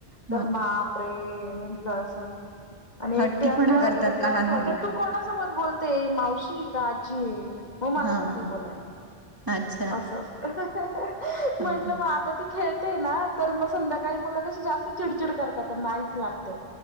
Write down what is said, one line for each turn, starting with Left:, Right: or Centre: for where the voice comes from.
Left: तर
Right: ह
Left: बाप रे म्हटलं अस. आणि
Right: हट्टीपणा
Left: एकटे असल्यावर
Right: करतात
Left: ना तिला
Right: लहान
Left: असं वाटत
Right: मुलं
Left: तू कोणासोबत बोलतेय मावशी का आजी आहे मग मला
Right: हा
Left: पण ते
Right: हा
Left: बोलाय.
Right: अच्छा
Left: असं असत म्हंटलं
Right: हो
Left: मग आता ती खेळ. ते ना तर मग संध्याकाळी मुलं कशी जास्त चिडचिड करतात नाहीच लागत.